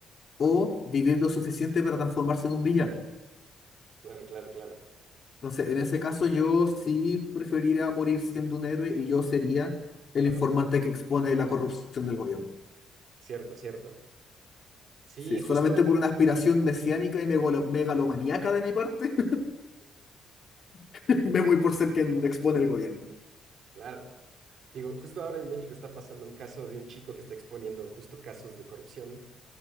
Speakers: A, on the left; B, on the right.
A: o vivir lo suficiente para transformarse en un villano.
B: claro, claro, claro.
A: Entonces, en ese caso yo sí preferiría morir siendo un héroe y yo sería el
B: La
A: informante
B: primera.
A: que expone la corrupción del gobierno.
B: Cierto, cierto. Sí,
A: Sí, solamente
B: justo,
A: por una aspiración mesiánica y megalo- megalomaníaca de mi parte, <laughs> me voy por ser quien expone el gobierno.
B: claro. Digo, justo ahora en México está pasando un caso de un chico que está exponiendo justo casos de corrupción